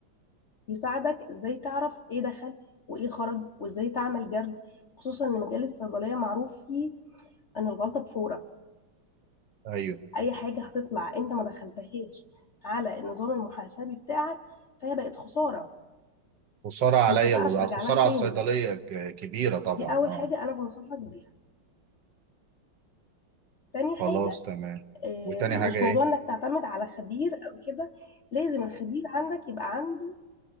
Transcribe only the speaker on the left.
يساعدك ازاي تعرف ايه دخل وايه خرج وازاي تعمل جرد خصوصا ان مجال الصيدليه معروف فيه ان الغلطه بفوره
اي حاجه هتطلع انت ما دخلتهاش على النظام المحاسبي بتاعك فهي بقت خساره
ومش هتعرف
ترجع لها تاني
دي اول
حاجه انا بنصحك بيها تاني
حاجة
آه،
مش
موضوع انك تعتمد على خبير او كده لازم الخبير عندك يبقى عنده